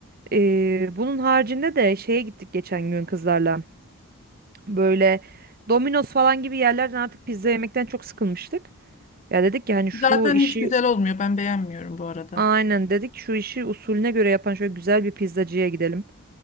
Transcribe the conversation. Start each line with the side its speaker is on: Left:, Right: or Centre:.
Right: Ee, bunun haricinde de şeye gittik geçen gün kızlarla. Böyle Domino's falan gibi yerlerden artık pizza yemekten çok sıkılmıştık. Ya dedik ki hani
Left: Zaten
Right: şu işi
Left: hiç güzel olmuyor. Ben beğenmiyorum bu arada.
Right: aynen dedik şu işi usulüne göre yapan şöyle güzel bir pizzacıya gidelim.